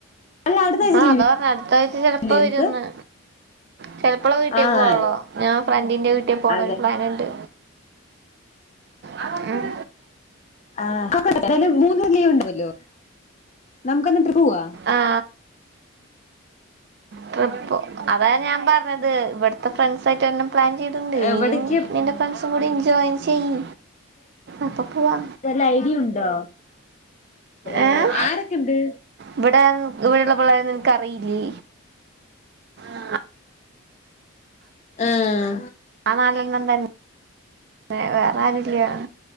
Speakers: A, on the left (about 35°); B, on the right (about 50°).
A: അല്ല അടുത്ത ആഴ്ച
B: ആഹ്
A: ലീവില്ലേ
B: അതാ പറ്ഞ്ഞെ അടുത്ത ആഴ്ച ചെലപ്പോ
A: നിങ്ങക്ക്
B: വരെംന്ന് ചെലപ്പോള് വീട്ടീ
A: ആഹ്
B: പോവൊള്ളോ ഞാൻ ഫ്രണ്ടിന്റെ വീട്ടി പോക്ണ
A: അതെ
B: ഒരു പ്ലൻുണ്ട് ആഹ് ഉം
A: ആഹ് <unintelligible> മൂന്ന് ലീവ് ഉണ്ടാവല്ലോ നമക്ക് ഇന്നട്ട്രക്ക് പോവാ
B: ആ ട്രിപ്പ് അതാണ് ഞാൻ പറഞ്ഞത് ഇവട്ത്തെ ഫ്രണ്ട്സ ആയിട്ട്ന്നെ പ്ലാൻ ചെയ്തുണ്ട്
A: എവിടേക്ക്
B: നീയും നിന്റെ ഫ്രണ്ട്സും കൂടി എൻജോയി ചെയ്യ് ഒപ്പാക്കോവാ
A: വല്ല ഐഡിയ ഉണ്ടോ
B: ഏഹ്
A: ഓ ആരൊക്കെണ്ട്
B: ഇബ്ടെ <unintelligible> ഇവിടെള്ള പിള്ളേരെ നിനക്കറീല്ലേ ആഹ്
A: ആഹ്
B: ആഹ് നാലെണ്ണം തന്നെ വേ വേറെ ആരുല്യ